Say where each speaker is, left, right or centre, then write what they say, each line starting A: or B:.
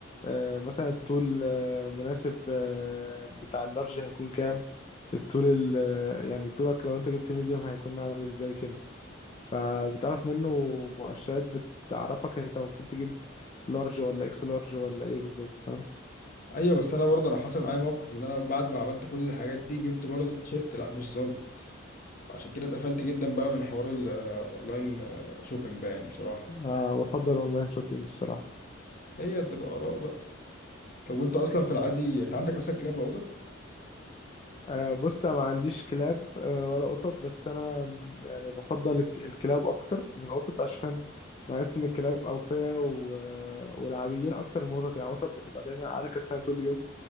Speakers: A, on the left; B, on the left.
A: آه، مثلا الطول آه، مناسب آه، بتاع اللارج هيكون كام الطول ال آه، يعني طولك لو انت جبت ميديم هيكون عامل ازاي كده فبتعرف منه مؤشرات بتعرفك انت المفروض تجيب لارج ولا اكس لارج ولا ايه بالظبط فاهم
B: ايوه بس انا برضه انا حصل معايا موقف ان انا بعد ما عملت كل الحاجات دي جبت برضه تيشيرت لا مش ظابط فعشان كده اتقفلت جدا بقى من حوار الاونلاين شوبينج ده يعني بصراحه
A: آه، بفضل اونلاين شوبينج الصراحه
B: هي بتبقى اراء بقى طب وانت اصلا في العادي انت عندك اصلا كلاب وقطط
A: آه، بص انا ما عنديش كلاب آه، ولا قطط بس انا م- يعني بفضل الك- الكلاب اكتر من القطط عشان بحس ان الكلاب اوفياء و- آه، ولعبيين اكتر من القطط يعني القطط بتبقى دايما على كسلانه طول اليوم